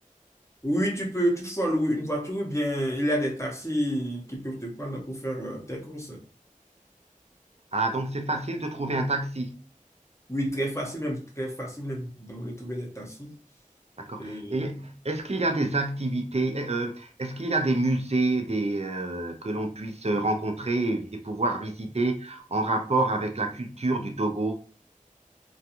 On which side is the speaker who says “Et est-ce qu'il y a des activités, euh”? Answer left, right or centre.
Right